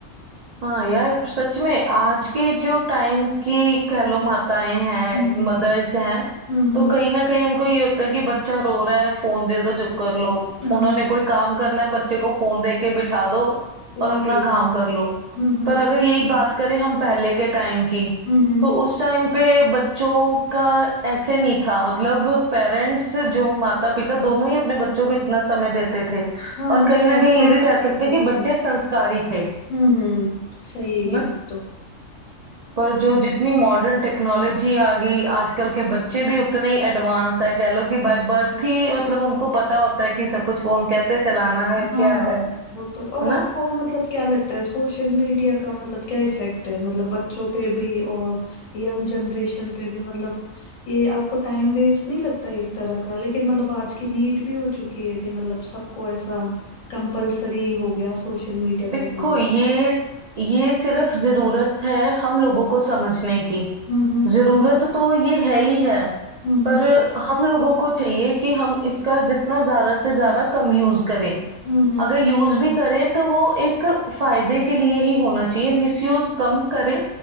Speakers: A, on the right; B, on the left.
A: हाँ यार सच में आज के जो टाइम की कह लो माताएं हैं
B: हम्म
A: मदर्स हैं
B: हम्म
A: तो
B: हम्म,
A: कहीं ना कहीं उनको ये होता है कि बच्चा रो रहा है फोन दे दो चुप कर लो उन्होंने
B: हाँ
A: कोई काम करना है बच्चे को फोन दे के बिठा दो और
B: वही
A: अपना काम कर लो
B: हम्म हम्म
A: पर अगर यही बात करें हम पहले के टाइम की
B: हम्म हम्म,
A: तो उस टाइम पे बच्चों का ऐसे नहीं था मतलब पेरेंट्स जो माता पिता दोनों ही अपने बच्चों को इतना समय देते थे
B: हाँ
A: और
B: मतलब
A: कहीं ना
B: एफर्ट
A: कहीं ये भी कह सकते
B: करते
A: हैं कि
B: थे
A: बच्चे
B: वो
A: संस्कारी थे
B: हम्म हम्म सही है
A: ना।
B: ये बात
A: पर जो जितनी मॉडर्न टेक्नोलॉजी आ गई आजकल
B: तो
A: के बच्चे भी उतने ही एडवांस है कह लो कि बाय बर्थ ही मतलब उनको पता होता है कि सब कुछ फोन कैसे चलाना है क्या
B: हाँ
A: है
B: वो तो
A: है
B: और आपको
A: ना
B: मतलब क्या लगता है सोशल मीडिया का मतलब क्या इफेक्ट है मतलब बच्चों पे भी और यंग जनरेशन पे भी मतलब ये आपको टाइम वेस्ट नहीं लगता एक तरह का लेकिन मतलब आज की नीड भी हो चुकी है कि मतलब सबको ऐसा कंपलसरी हो गया सोशल मीडिया
A: देखो
B: पे रहना
A: ये ये सिर्फ जरूरत है हम लोगों को समझने की
B: हम्म
A: जरूरत तो ये है ही है
B: हम्म
A: पर
B: हम्म
A: हम लोगों को चाहिए कि हम इसका जितना ज्यादा से ज्यादा कम यूज करें
B: हम्म हम्म
A: अगर यूज भी करें तो वो एक फायदे के लिए ही होना चाहिए मिसयूज कम करें